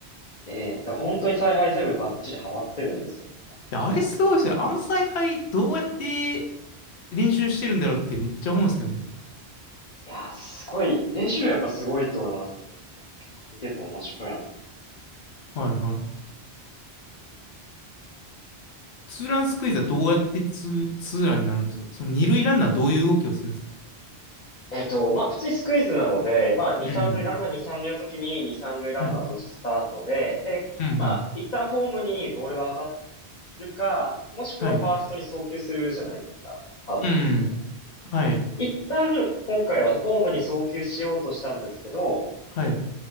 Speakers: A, on the left; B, on the left.
A: ええ、だから本当に采配全部バッチリハマってるんですよね、
B: や、あれすごいですよ。あの采配どうやって練習してるんだろうってめっちゃ思うんですけどね。
A: いやー、すごい、練習量やっぱすごいと思いますよ。結構見てて面白いなと。
B: はいはい。ツーランスクイズはどうやってツー、ツーランになるんですかその二塁ランナーどういう動きをするんですか
A: えっと、まあ、普通にスクイズなので、まあ、2、
B: うんうん。
A: 3塁、ランナー2、3塁の時に2、3塁ランナー同時スタートで、
B: はい。
A: で、
B: うんうん。
A: まあ、一旦ホームにボールが渡るか、もしくはファーストに送球するじゃないですか。
B: はい。
A: アウトにするの。
B: うんうん。はい。
A: 一旦、今回はホームに送球しようとしたんですけど、ピッ
B: はい。